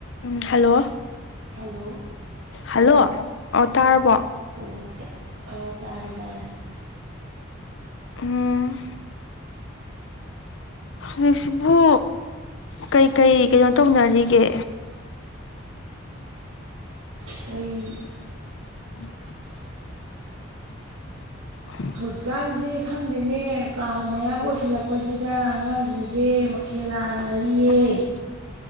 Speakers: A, on the left; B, on the right.
A: ꯎꯝ hello
B: hello
A: hello ꯑꯣ ꯇꯥꯔꯕꯣ
B: ꯑꯣ ꯑꯥ ꯇꯥꯔꯦ ꯇꯥꯔꯦ
A: ꯎꯝ ꯍꯨꯖꯤꯛꯁꯤꯕꯨ ꯀꯩꯀꯩ ꯀꯩꯅꯣ ꯇꯧꯅꯔꯤꯒꯦ
B: ꯀꯩ
A: <inaudible> <inaudible>
B: ꯍꯧꯖꯤꯛꯀꯥꯟꯖꯦ ꯈꯪꯗꯦꯅꯦ ꯀꯥꯡ ꯃꯌꯥꯒ ꯑꯣꯏꯁꯜꯂꯛꯄꯖꯤꯗ ꯑꯉꯥꯡꯖꯤꯡꯖꯦ ꯃꯛ ꯈꯦꯜ ꯂꯥꯡꯅꯔꯤꯌꯦ
A: ꯎꯝ